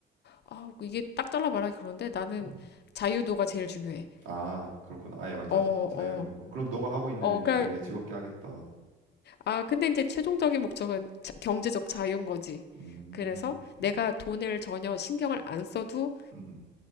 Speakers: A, on the left (about 55°); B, on the right (about 75°).
A: 아, 이게 딱 잘라 말하기 그런데 나는
B: 음.
A: 자유도가 제일 중요해.
B: 아, 그렇구나. 아예 완전
A: 어,
B: 자유로운
A: 어.
B: 거. 그럼 너가 하고 있는
A: 어,
B: 일
A: 그러니까
B: 되게 즐겁게 하겠다.
A: 아, 근데 이제 최종적인 목적은 자- 경제적 자유인 거지.
B: 음,
A: 그래서
B: 음,
A: 내가 돈을 전혀 신경을 안 써도
B: 음, 음,